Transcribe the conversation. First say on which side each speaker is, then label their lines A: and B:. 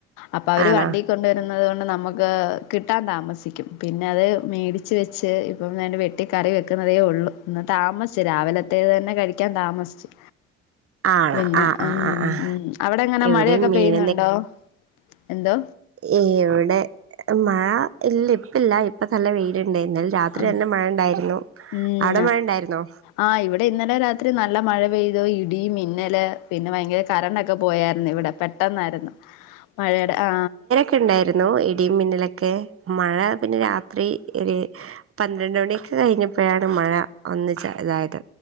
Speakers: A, on the left; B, on the right.
A: അപ്പൊ അവര്
B: ആണോ
A: വണ്ടിക് കൊണ്ടു വരുന്നത് കൊണ്ട് നമുക്ക് കിട്ടാൻ താമസിക്കും പിന്നെ അത് മേടിച്ച് വെച്ച് ഇപ്പം എ വെട്ടി കറി വെക്കുന്നതേ ഉള്ളൂ ഇന്ന് താമസിച്ച് രാവിലത്തേത് തന്നെ കഴിക്കാൻ താമസിച്ചു
B: ആണോ
A: പിന്നെ
B: ആഹ്
A: അം
B: ആഹ് ആഹ്
A: ഉം
B: ആഹ്
A: ഉം അവിടെങ്ങനെ
B: ഇവിടെയും
A: മഴയൊക്കെ
B: മീൻ
A: പെയ്യുന്നുണ്ടോ എന്തോ
B: ഏയ് എവിടെ മഴ ഇല്ല ഇപ്പല്ല ഇപ്പ നല്ല വെയിലണ്ടായിരുന്ന രാത്രി
A: ഉം
B: തന്നെ മഴ ഉണ്ടായിരുന്നു
A: ഉം
B: അവിടെ മഴ ഉണ്ടായിരുന്നോ
A: ആ ഇവിടെ ഇന്നലെ രാത്രി നല്ല മഴ പെയ്തു ഇടി മിന്നലെ പിന്നെ ഭയങ്കര കറന്റ്‌ ഒക്കെ ഒക്കെ പോയാര്ന്ന് ഇവിടെ പെട്ടെന്നാര്ന്ന് മഴേടെ ആ
B: ക്കെണ്ടാര്ന്നു ഇടി മിന്നലൊക്കെ മഴ പിന്നെ രാത്രി ഒര് പന്ത്രണ്ട് മണിയൊക്കെ കഴിഞ്ഞപ്പഴാണ് മഴ ഒന്ന് ചാ ഇതായത്